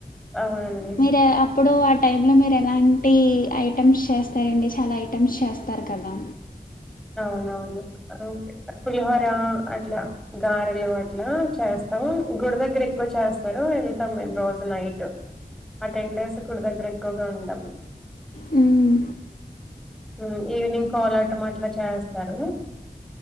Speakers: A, in the centre; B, on the left.
A: అవునండి
B: మిర అప్పుడో అ టైంలో మీరు ఎలాంటి ఐటమ్స్ చేస్తారండి, చాలా ఐటమ్స్ చేస్తారు కదా.
A: అవునవును పులిహోర అట్ల, గారెలు అట్ల చేస్తాము గుడి దగ్గర ఎక్కువ చేస్తారు వెళ్తాం మేము రోజు నైట్, ఆ టెన్ డేస్ గుడి దగ్గర ఎక్కువగా ఉంటాము.
B: హ్మ్.
A: ఉ ఈవినింగ్ కోలాటం అట్ల చేస్తరు.